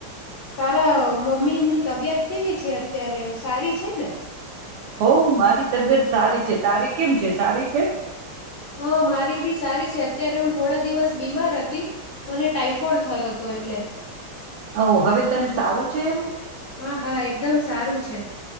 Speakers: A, on the left; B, on the right.
A: તારા અહ મમ્મી ની તબિયત કેવી છે અત્યારે, સારી છે ને?
B: હઓ મારી તબિયત સારી છે. તારી કેમ છે, સારી છે?
A: હ મારી બી સારી છે. અત્યારે હું થોડા દિવસ બીમાર હતી મને ટાાઈફોઇડ થયો હતો એટલે.
B: હઓ હવે તને સારું છે એમ?
A: હા હા એકદમ સારું છે.